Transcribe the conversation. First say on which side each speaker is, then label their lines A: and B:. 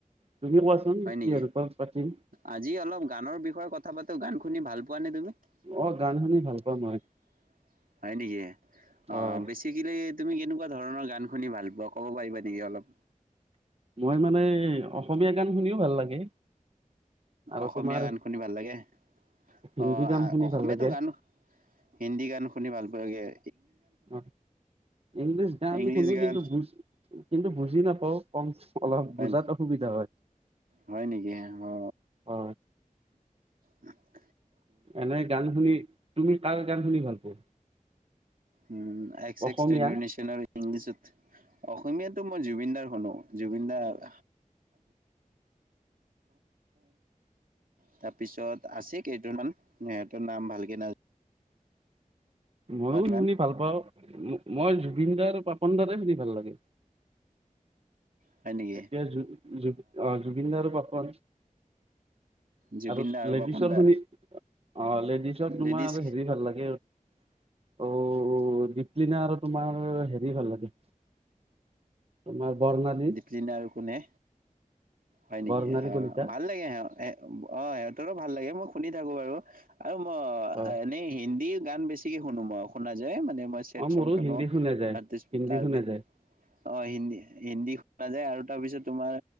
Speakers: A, on the right; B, on the right.
A: তুমি কোৱাচোন
B: হয়
A: কিহৰ
B: নেকি?
A: ওপৰত পাতিম
B: আজি অলপ গানৰ বিষয়ে কথা পা। তো গান শুনি ভাল পোৱা নে তুমি?
A: অ গান শুনি
B: <inaudible>
A: ভাল পাওঁ মই
B: হয় নেকি?
A: হয়
B: আহ বেছিকেলি। তুমি কেনো। এনেকুৱা ধৰণৰ গান শুনি ভাল পোৱা কব পাৰিবা নেকি অলপ?
A: মই মানে অসমীয়া গান শুনিও ভাল লাগে। আৰু
B: অসমীয়া
A: তোমাৰ
B: গান শুনি ভাল লাগে।
A: হিন্দী
B: অ
A: গান শুনি
B: অসমীয়াতো
A: ভাল লাগে
B: গান, হিন্দী গান। শুনি ভাল পোৱাগৈ।
A: অ ইংলিছ গান
B: ইংলিছ
A: শুনো
B: গান
A: কিন্তু বুজ কিন্তু বুি। বুজি নাপাওঁ, কম অলপ
B: হয়
A: বুজাত অসুবিধা হয়
B: হয় নেকি অ
A: অ
B: উ <inaudible>
A: এনে গান শুনি তুমি। কাৰ গান শুনি ভাল পোৱা?
B: উ এক্স
A: অসমীয়া
B: এক্স তেন্দেনেছ আৰু ইংলিছত, অসমীয়াত। মই জুবিন দাৰ শুনো, জুবিন দাৰ <inaudible> তাৰপিছত আছে কেইজনমান। সিহঁতৰ নাম ভালকে না।
A: মইও
B: গান
A: শুনি ভাল পাওঁ, মই জুবিনদাৰ। পাপন দাৰে শুনি ভাল লাগে।
B: হয় নেকি
A: এতিয়া জু জু আহ জুবিনদাৰো পাপন
B: জুবিন
A: আৰু
B: দা
A: লেডিছৰ
B: পাপন দা
A: শুনি অ লেডিছত তোমাৰ
B: লেডিজ
A: হেৰি ভাল লাগে। অ, দিপলিনা আৰু তোমাৰ হেৰি ভাল লাগে, তোমাৰ বৰ্ণালী।
B: দীপলিনা আৰু কোনে? হয় নেকি?
A: বৰ্ণালী
B: অ
A: কলিতা
B: ভাল লাগে অ <inaudible> তৰো ভাল লাগে মই শুনি থাকো বাৰু। আৰু মই
A: হয়
B: এনেই হিন্দী। গান বেছিকে শুনো মই, শুনা যায়। মানে মই ছেদ
A: অ
B: সং
A: মোৰো
B: শুনো।
A: হিন্দী শুনা যায়
B: <unintelligible>
A: হিন্দী শুনা যায়
B: অ হিন্দী। হিন্দী শুনা যায়, আৰু তাৰ পিছত তোমাৰ